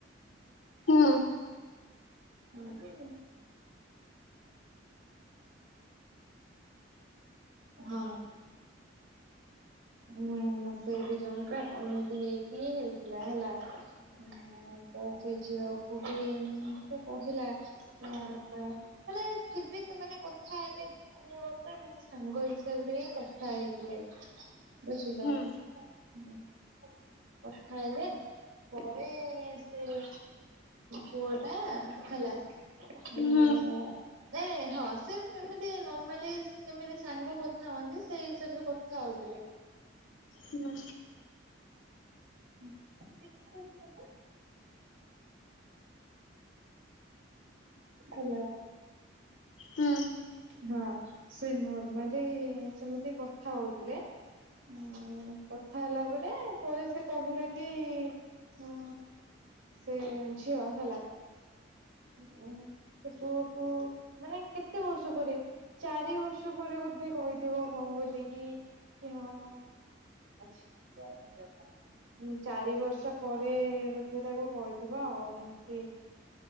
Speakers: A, on the left; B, on the right.
A: ହୁଁ
B: <inaudible> ହଁ। ହୁଁ, ସେ ବି ଜଣ ଏମିତି ହେଇକିି ହେଇଥିଲା ହେଲା। ହୁଁ ତ ସେ ଝିଅକୁ ବି ସେ କହିଲା। ହଁ, ମାନେ ଫିର୍ ବି ସେମାନେ କଥା ହେଲେ ବି ସେମାନେ ସାଙ୍ଗ ହିସାବରେ ହିଁ କଥା ହେଇଥିଲେ। ବୁଝିଲ,
A: ହୁଁ
B: ହୁଁ କଥା ହେଲେ। ପରେ ସେ ପୁଅ ଟା ହେଲା ନାଇଁ
A: ହୁଁ
B: ହଁ ସେ ଏମିତି ନର୍ମାଲି ଯେମିତି ସାଙ୍ଗ କଥା ହୁ, ସେଇ ହିସାବରେ କଥା ହଉଥିଲେ।
A: ହୁଁ।
B: <unintelligible> ହ୍ୟାଲୋ।
A: ହୁଁ।
B: ହଁ ସେ ନର୍ମାଲି ସେମିତି କଥା ହଉଥିଲେ। ହୁଁ କଥା ହେଲା ପରେ ପରେ ସେ କହିଲା କି, ଉ ସେ ଝିଅ ହେଲା ହୁଁ ସେ ପୁଅକୁ ମାନେ କେତେ ବର୍ଷ ପରେ ଚାରି ବର୍ଷ ପରେ ବୋଧେ କହିଥିବ ହଁ ବୋଲିକି, କି ହଁ। <unintelligible> ଚାରି ବର୍ଷ ପରେ ବୋଧେ ତାକୁ କହିଥିବ ଆଉ କି